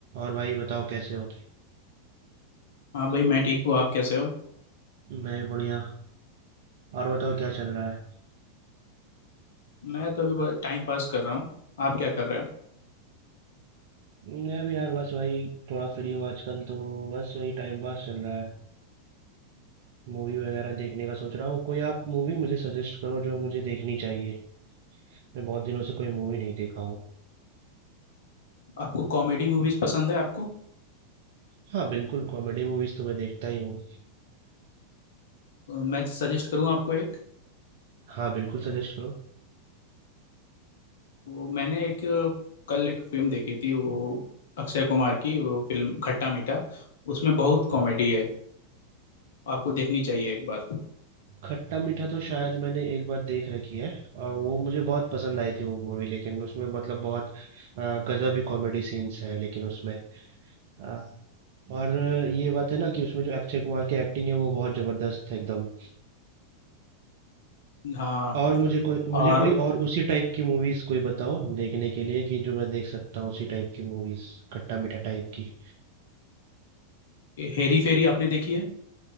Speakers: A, on the right; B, on the left.
A: और भाई बताओ कैसे हो
B: हाँ भाई मैं ठीक हूँ आप कैसे हो
A: मैं भी बढ़िया और बताओ क्या चल रहा है
B: मैं तो अभी टाइम पास कर रहा हूँ आप क्या कर रहे हो
A: मैं भी यार बस वही थोड़ा फ्री हूँ आजकल तो बस वही टाइम पास चल रहा है मूवी वगैरह देखने का सोच रहा हूँ कोई आप मूवी मुझे सजेस्ट करो जो मुझे देखनी चाहिए मैं बहुत दिनों से कोई मूवी नहीं देखा हूँ
B: आपको कॉमेडी मूवीज पसंद है आपको
A: हाँ बिल्कुल कॉमेडी मूवीज तो मैं देखता ही हूँ
B: अ, मैं सजेस्ट करूँ आपको एक
A: हाँ बिल्कुल सजेस्ट करो
B: वो मैंने एक अ, कल एक फिल्म देखी थी वो अक्षय कुमार की वो फिल्म खट्टा मीठा उसमें बहुत कॉमेडी
A: हाँ,
B: है आपको देखनी चाहिए एक बार
A: खट्टा मीठा तो शायद मैंने एक बार देख रखी है और वो मुझे बहुत पसंद आई थी वो मूवी लेकिन उसमें मतलब बहुत अ, गजब ही कॉमेडी सीन्स हैं लेकिन उसमें आ, और ये बात है ना कि उसमें जो अक्षय कुमार की एक्टिंग है वो बहुत जबरदस्त है एकदम
B: हाँ
A: और मुझे कोई मुझे
B: और
A: कोई और उसी टाइप की मूवीज कोई बताओ देखने के लिए कि जो मैं देख सकता हूँ उसी टाइप की मूवीज खट्टा मीठा टाइप की
B: हेरी फेरी आपने देखी है